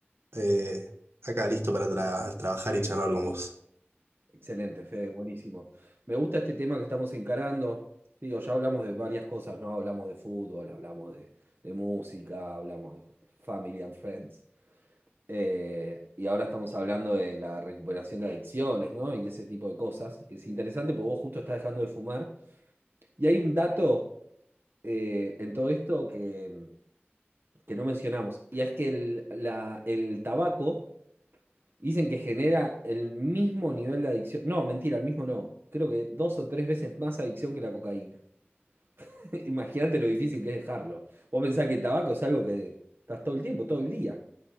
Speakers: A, on the right; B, on the right.
A: eh, acá listo para tra- trabajar y charlar con vos.
B: Excelente, Fede, buenísimo. Me gusta este tema que estamos encarando. Digo, ya hablamos de varias cosas, ¿no? Hablamos de fútbol, hablamos de, de música, hablamos de family and friends. Eh, y ahora estamos hablando de la recuperación de adicciones, ¿no? Y ese tipo de cosas, que es interesante porque vos justo estás dejando de fumar. Y hay un dato eh, en todo esto que que no mencionamos, y es que el, la- el tabaco dicen que genera el mismo nivel de adicción. No, mentira, el mismo no. Creo que dos o tres veces más adicción que la cocaína. <laughs> Imagínate lo difícil que es dejarlo. Vos pensás que el tabaco es algo que estás todo el tiempo, todo el día,